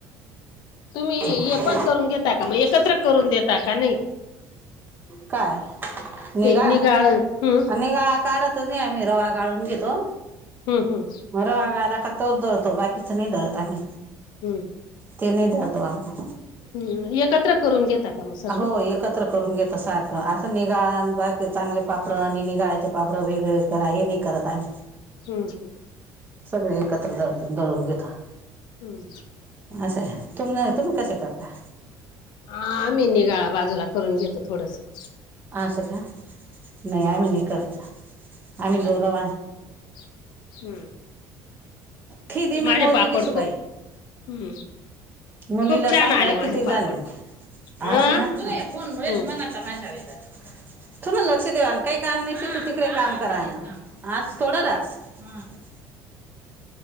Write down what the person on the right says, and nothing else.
मग
काय? निगाळा
निगाळा काढतच नाही आम्ही रवा गाळून घेतो.
मं रवा गाळला का तोच दळतो, बाकीच नही दळत आम्ही.
ते नही दळतो आमी.
हो एकत्र करून घेता सारखं, असं निगाळ बाकी चांगले पापड आणि निगाळायाचे पापड वेगळे तवा ये नाही करत आमी.
सगळे एकत्र जातोन दळून घेतो.
असं हय. तुम तुम्ही कसे करता?
असं का? नाही आम्ही नाही करत.
आम्ही गोरव
खिदी में
मोदी
की शुबाई.
मुलीला
सांगा
किती झाले
<unintelligible>
असं ना. <unintelligible> तमाशा
वेगळा. तुम्हा लक्ष देवा ना, काही काम नाही, तू तिकडे काम करा ना. आज थोडा रास. <unintelligible>